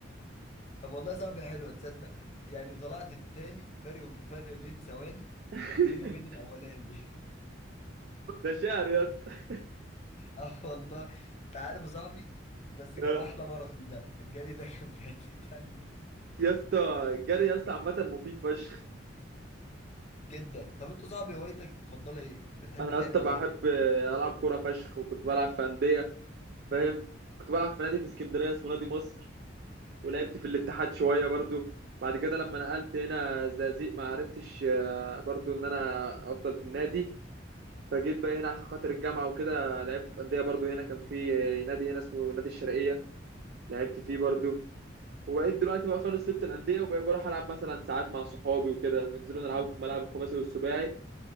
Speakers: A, on the left; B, on the right.
A: طب والله يا صاحبي حلوه تصدق يعني طلعت التاني فرق وب- فرق بين ثواني
B: <laughs>
A: بيني وبين الاولاني <laughs>
B: ده شعر يا اسطى
A: اه والله انت عارف يا صاحبي بس كان
B: آه.
A: احلى ماراثون ده الجري ده كان في حته تانيه
B: يا اسطى الجري يا اسطى عامة مفيد فشخ
A: جدا طب انت يا صاحبي هوايتك المفضله ايه بتحب
B: انا
A: تعمل
B: يا اسطى بحب
A: ايه
B: العب كورة فشخ وكنت بلعب في أندية فاهم كنت بلعب في نادي في اسكندرية اسمه نادي مصر ولعبت في الاتحاد شوية برضو بعد كده لما نقلت هنا الزقازيق ما عرفتش آه، برضو ان انا افضل في النادي فجيت بقى هنا عشان خاطر الجامعة وكده لعبت في أندية برضو هنا كان في آه، نادي هنا اسمه نادي الشرقية لعبت فيه برضو وبقيت دلوقتي بقى خالص سبت الأندية وبقيت بروح ألعب مثلا ساعات مع صحابي وكده ننزلوا نلعب في الملاعب الخماسي والسباعي